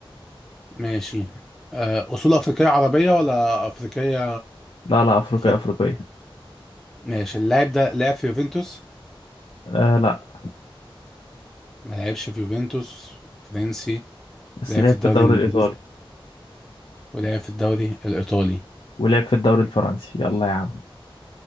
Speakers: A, in the centre; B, on the left.
A: ماشي آه، أصول أفريقية عربية ولا أفريقية
B: لا لا افريقيه
A: أفريقية
B: افريقيه
A: ماشي اللاعب ده لعب في يوفنتوس
B: آه لا
A: ما لعبش في يوفنتوس فرنسي
B: بس
A: لعب
B: لعب
A: في الدوري
B: في الدوري
A: الإنجليزي
B: الايطالي
A: ولعب في الدوري الإيطالي
B: ولعب في الدوري الفرنسي يلا يا عم